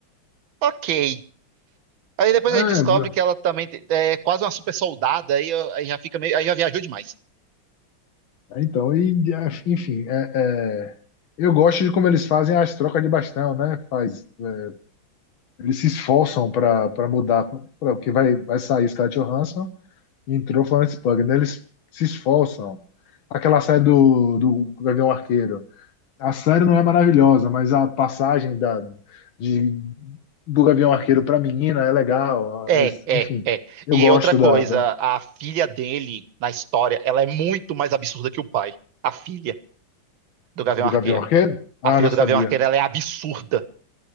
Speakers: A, on the right; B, on the left.
A: ok. Aí depois
B: É,
A: a gente descobre
B: bro.
A: que ela também te- é quase uma super soldada, aí, eu- aí já fica meio, aí já viajou demais.
B: então, e, é, enfim, é, é, eu gosto de como eles fazem as trocas de bastão, né? Faz, é, eles se esforçam para para mudar, pra, porque vai, vai sair Scarlett Johansson e entrou Florence Pugh, né? Eles se esforçam. Aquela série do, do Gavião Arqueiro. A série não é maravilhosa, mas a passagem da, de, do Gavião Arqueiro para menina é legal.
A: É,
B: a- eles-
A: é,
B: enfim,
A: é.
B: eu
A: E
B: gosto
A: outra coisa,
B: da, da-
A: a filha dele na história, ela é muito mais absurda que o pai. A filha do Gavião
B: do
A: Arqueiro.
B: Gavião Arqueiro.
A: A
B: Ah,
A: filha
B: não
A: do
B: sabia.
A: Gavião Arqueiro, ela é absurda.